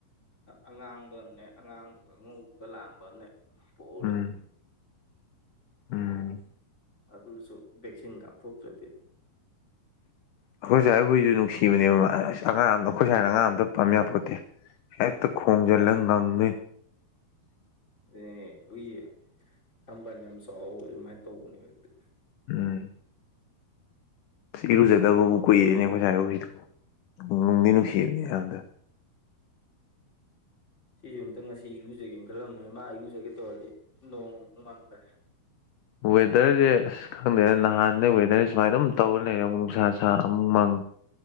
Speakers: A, on the left (about 15°); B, on the left (about 70°).
A: ꯑꯉꯥꯡꯕ ꯑ ꯑꯃꯅꯦ ꯑꯉꯥꯡꯕꯒ ꯑꯉꯧꯕꯒ ꯂꯥꯡꯕ ꯑꯃꯅꯦ ꯄꯣꯛꯍꯧꯔꯦ
B: ꯎꯝ ꯎꯝ
A: ꯑꯗꯨꯁꯨ ꯚꯦꯛꯁꯤꯟ ꯀꯥꯞꯊꯣꯛꯈ꯭ꯔꯗꯤ
B: ꯑꯩꯈꯣꯏ ꯁꯥꯥꯏ ꯑꯩꯈꯣꯏꯁꯨ ꯅꯨꯡꯁꯤꯕꯅꯦꯕ ꯃꯥ ꯑꯁ ꯑꯉꯥꯡ ꯑ ꯑꯃꯗ ꯑꯩꯈꯣꯏ ꯁꯥꯏꯅ ꯑꯉꯥꯡ ꯑꯝꯇ ꯄꯥꯝꯃꯤꯕ ꯄꯣꯠꯇꯦ ꯍꯦꯛꯇ ꯈꯣꯡꯖꯤꯜꯂꯒ ꯉꯪꯗꯣꯏ
A: ꯑꯦ ꯎꯏ ꯈꯝꯕꯜ ꯌꯥꯝ ꯆꯥꯎꯋ ꯑꯗꯨꯃꯥꯏꯅ ꯇꯧꯕꯅꯦ ꯍꯧꯛꯇ
B: ꯎꯝ ꯏꯔꯨꯖꯗꯕꯕꯨ ꯀꯨꯏꯔꯦꯅꯦ ꯑꯩꯈꯣꯏ ꯁꯥꯏꯔꯨꯁꯤꯗꯨꯕꯨ ꯅꯨꯡꯗꯤ ꯅꯨꯡꯁꯤꯕꯅꯦ ꯑꯍꯗ
A: ꯁꯤꯁ ꯑꯨꯛꯇ ꯉꯁꯤ ꯏꯔꯨꯖꯒꯦꯅ ꯈꯜꯂꯝꯕꯅꯤ ꯃꯥ ꯏꯔꯨꯖꯒꯦ ꯇꯧꯔꯗꯤ ꯅꯣꯡ ꯅꯨꯡ ꯉꯥꯡꯗ꯭ꯔꯦ
B: ꯋꯦꯗꯔꯁꯦ ꯑꯁ ꯈꯪꯗꯦꯗ ꯅꯍꯥꯟꯗꯩ ꯋꯦꯗꯔꯁꯦ ꯁꯨꯃꯥꯏꯅ ꯑꯗꯨꯝ ꯇꯧꯔ ꯂꯩꯔꯦꯨ ꯅꯨꯡꯁꯥ ꯁꯥꯥ ꯑꯃꯨꯃꯪ